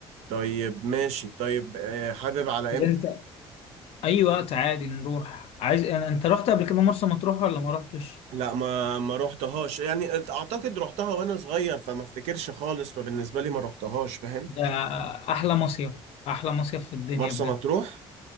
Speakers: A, on the right; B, on the left.
A: طيب ماشي طيب آه، حابب على
B: طب
A: امتى
B: انت اي وقت عادي نروح عايز انت رحت قبل كده مرسى مطروح ولا ما رحتش
A: لا ما ما روحتهاش يعني اعتقد روحتها وانا صغير فما افتكرش خالص فبالنسبه لي ما روحتهاش فاهم
B: ده احلى مصيف احلى مصيف في الدنيا
A: مرسى
B: بجد
A: مطروح